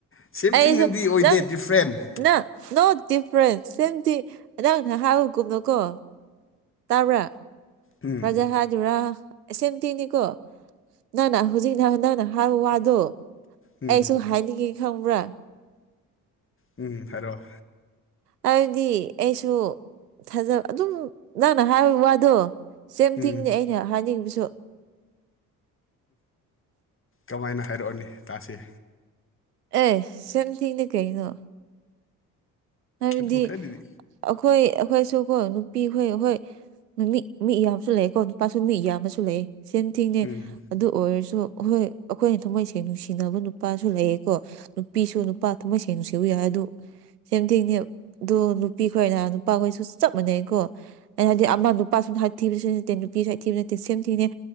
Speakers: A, on the left; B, on the right.
A: ꯁꯦꯝ
B: ꯑꯩꯁꯨ
A: ꯊꯤꯡꯗꯤ ꯑꯣꯏꯗꯦ
B: ꯅꯪ
A: ꯗꯤꯐ꯭ꯔꯦꯟ
B: ꯅꯪ ꯅꯣ ꯗꯤꯐ꯭ꯔꯦꯟꯁ ꯁꯤꯗꯤ ꯑꯦꯗꯅ ꯍꯥꯏꯥꯎ ꯀꯨꯝꯅ ꯀꯣ ꯇꯥꯕ꯭ꯔꯥ
A: ꯎꯝ
B: ꯄ꯭ꯔꯖꯥ ꯍꯥꯏꯗꯨꯔꯥ ꯁꯦꯝꯇꯤꯅꯤꯀꯣ ꯅꯪꯅ ꯍꯧꯖꯤꯛ ꯅ ꯅꯪꯅ ꯍꯥꯏꯕ ꯋꯥꯗꯣ
A: ꯎꯝ
B: ꯑꯩꯁꯨ ꯍꯥꯏꯅꯤꯡꯉꯤ ꯈꯪꯕ꯭ꯔꯥ
A: ꯎꯝ ꯍꯥꯏꯔꯣ
B: ꯍꯥꯏꯗꯤ ꯑꯩꯁꯨ ꯊꯥꯖꯕ ꯑꯗꯨꯝ ꯅꯪꯅ ꯍꯥꯏꯕ ꯋꯥꯗꯣ ꯁꯦꯝ
A: ꯎꯝ
B: ꯊꯤꯡꯅꯦ ꯑꯩꯅ ꯍꯥꯏꯅꯤꯡꯕꯁꯨ
A: ꯀꯃꯥꯏꯅ ꯍꯥꯏꯔꯛꯑꯣꯅꯦ ꯇꯥꯁꯦ
B: ꯑꯦ ꯁꯦꯝ ꯊꯤꯡꯅꯦ ꯀꯩꯅꯣ ꯍꯥꯏꯕꯗꯤ
A: ꯑꯗꯨꯕꯨ ꯈꯔꯗꯤ
B: ꯑꯩꯈꯣꯏ ꯑꯩꯈꯣꯏꯁꯨ ꯀꯣ ꯅꯨꯄꯤꯈꯣꯏ ꯑꯩꯈꯣꯏ ꯃꯤ ꯃꯤ ꯌꯥꯝꯕꯁꯨ ꯂꯩꯑꯦꯀꯣ ꯅꯨꯄꯥꯁꯨ ꯃꯤ ꯌꯥꯝꯕꯁꯨ ꯂꯩꯑꯦ ꯁꯦꯝ ꯊꯤꯡꯅꯦ
A: ꯎꯝ
B: ꯑꯗꯨ ꯑꯣꯏꯔꯁꯨ ꯍꯣꯏ ꯑꯩꯈꯣꯏꯅ ꯊꯝꯃꯣꯏ ꯁꯦꯡꯅ ꯅꯨꯡꯁꯤꯅꯕ ꯅꯨꯄꯥꯁꯨ ꯂꯩꯌꯦꯀꯣ ꯅꯨꯄꯤꯁꯨ ꯅꯨꯄꯥ ꯊꯃꯣꯢ ꯁꯦꯡꯅꯨ ꯁꯎ ꯌꯥꯏ ꯍꯥꯏ ꯑꯗꯨ ꯁꯦꯝ ꯊꯦꯡꯅꯦ ꯑꯗꯣ ꯅꯨꯄꯤ ꯈꯣꯏꯔ ꯅꯨꯄꯥꯈꯣꯏꯁꯨ ꯆꯞ ꯃꯥꯟꯅꯩꯀꯣ ꯩꯅ ꯍꯥꯏꯗꯤ ꯑꯃ ꯅꯨꯄꯥ ꯁ ꯍꯥꯏ ꯊꯤꯕꯁꯨ ꯅꯠꯇꯦ ꯅꯨꯄꯤꯁꯨ ꯍꯥꯏ ꯊꯤꯕ ꯅꯠꯇꯦ ꯁꯦꯝ ꯊꯤꯅꯦ